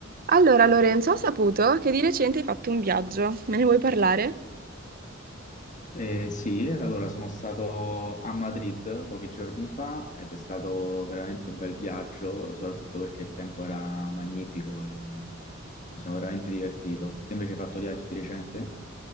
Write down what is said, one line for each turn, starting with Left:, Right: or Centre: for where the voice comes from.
Right: Allora, Lorenzo, ho saputo che di recente hai fatto un viaggio. Me ne vuoi parlare?
Left: Eh, sì, allora sono stato a Madrid pochi giorni fa ed è stato veramente un bel viaggio, soprattutto perché il tempo era magnifico e mi sono veramente divertito. Te invece hai fatto viaggi di recente?